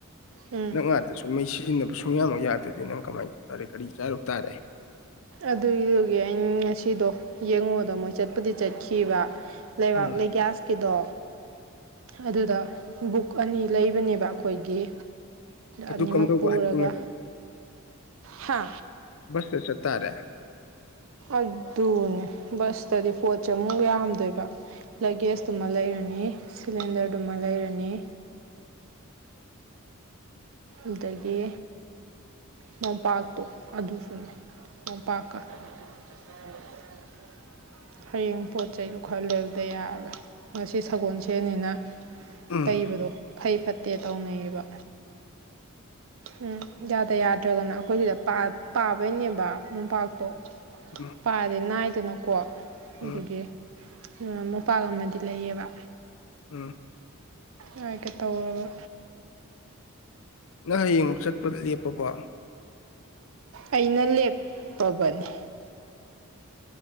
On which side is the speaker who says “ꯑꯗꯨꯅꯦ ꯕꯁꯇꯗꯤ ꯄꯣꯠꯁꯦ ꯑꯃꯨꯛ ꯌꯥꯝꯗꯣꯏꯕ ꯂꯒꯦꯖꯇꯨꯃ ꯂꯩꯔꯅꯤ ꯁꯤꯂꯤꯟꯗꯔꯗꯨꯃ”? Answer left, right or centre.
Right